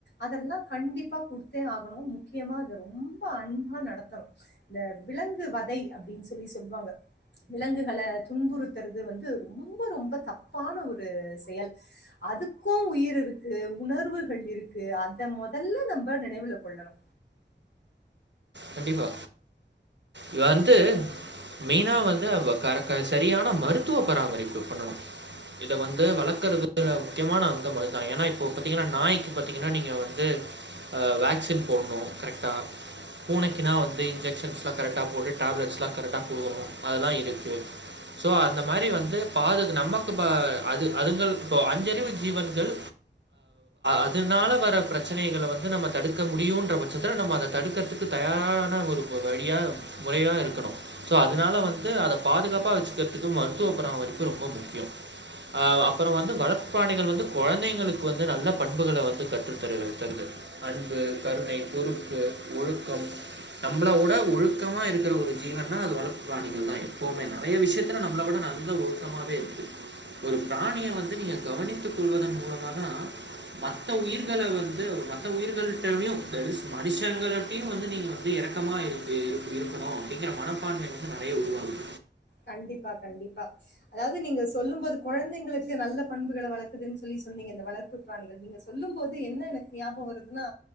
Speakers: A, on the left; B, on the right.
A: அதெல்லா கண்டிப்பா குடுத் தே ஆகணு முக்கியமா அத ரொம்ப அன்பா நடத்தணு இந்த விலங்கு வதை அப்டின்னு சொல்லி சொல்லுவாங்க விலங்குகள துன்புறுத்துறது வந்து ரொம்ப ரொம்ப தப்பான ஒரு செயல் அதுக்கு உயிர் இருக்கு உணர்வுகள் இருக்கு அத முதல்ல நம்ம நம்ப நினைவுல கொள்ளணு
B: கண்டிப்பா இவ வந்து மெயினா வந்து அவ க க செரியான மருத்துவ பராமரிப்பு பண்ணனு இத வந்து வளக்குறது வந்து முக்கியமான அங்கம் அதுதா ஏன்னா இப்போ பாத்தீங்கனா நாய்க்கு பாத்தீங்கனா நீங்க வந்து ஆ வேக்சின் போட்ணு கரெக்டா பூனைக்குன்னா வந்து இன்ஜெக்ஷன்ஸ்லா கரெக்டா௱போட்டு டேப்லெட்ஸ்லா கரெக்டா குடுக்கணு அதெல்லா இருக்கு சோ அந்த மாரி வந்து பாது நமக்கு அ அது அதுங்க இப்போ அஞ்சறிவு ஜீவன்கள் அதனால வர பிரச்சனைகள வந்து நம்ம தடுக்க முடியுன்ற பட்சத்துல நம்ம அத தடுக்கறதுக் தயாரான ஒரு வழியா முறையா இருக்கணு சோ அதனால வந்து அத பாதுகாப்பா வச்சிக்கறதுக்கு மருத்துவ பராமரிப்பு ரொம்ப முக்கியம் அ அப்பற வந்து வளர்ப்பு பிராணிகள் வந்து கொழந்தைங்களுக் வந்து நல்ல பண்புகள வந்து கத்துத்தருகி தருது அன்பு கருணை பொறுப்பு ஒழுக் கும் நம்மளவுட ஒழுக்கமா இருக்கிற ஒரு ஜீவன்னா அது வளர்ப்பு பிராணிகள் தா எப்பவுமே நறைய விஷயத்துல நம்மள விட நல்ல நல்ல ஒழுக்கமாவே இருக்கு ஒரு பிராணிய வந்து நீங்க கவனித்துக் கொள்வதன் மூலமாதா மத்த உயிர்கள வந்து மத்த உயிர்கள்கிட்டயு தேர் ஈஸ் மனுஷங்களட்டயு வந்து நீங்க வந்து இரக்கமா இருக்கு இருக்கணு அப்டிங்கிற மனப்பான்மை வந்து நறைய உருவாகுது
A: கண்டிப்பா கண்டிப்பா அதாவது நீங்க சொல்லும்போது கொழந்தைங்களுக்கு நல்ல பண்புகள வளக்குதுன்னு சொல்லி சொன்னீங்க இந்த வளர்ப்பு பிராணிகள் நீங்க சொல்லும் போது என்ன எனக்கு ஞாபகம் வருதுன்னா